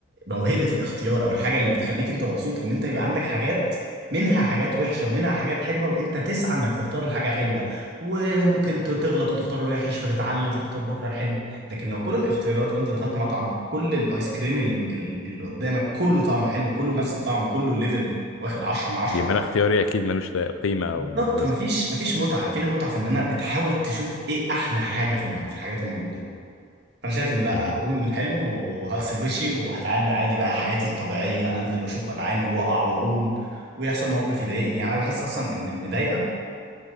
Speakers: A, on the right; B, on the left.
A: موهبة الاختيار او الحاجة اللي بتخليك انت مبسوط ان انت يبقى عندك حاجات منها حاجات وحشة ومنها حاجات حلوة وانت تسعى انك تختار الحاجة حلوة وممكن ت- تغلط وتختار الوحش فتتعلم فتختار بكرة الحلو لكن لو كل الاختيارات لو انت دخلت مطعم كل الايس كريم ال- ال- اللي قدامك كله طعمه حلو كله نفس الطعم كله الليفل واخد 10 من 10
B: يبقى انا اختياري اكيد ملوش لا قيمة او
A: بالظبط
B: لازمة
A: مفيش مفيش متعة فين المتعة في ان انا بتحاول تشوف ايه احلى حاجة في الم- في الحاجات الموجودة فانا شايف ان لا
B: مهم.
A: هقوم من الحلم وهغسل وشي وهتعامل عادي بقى حياتي الطبيعيه انزل واشوف واتعامل واقع واقوم ويحصل موقف يضايقني يعني انا بحس اصلا ان المضايقه